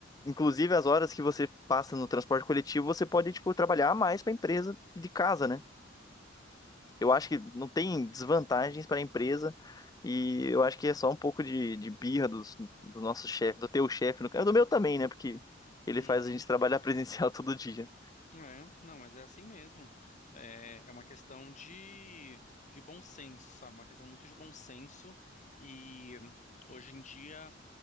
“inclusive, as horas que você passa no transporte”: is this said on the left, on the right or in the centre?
Left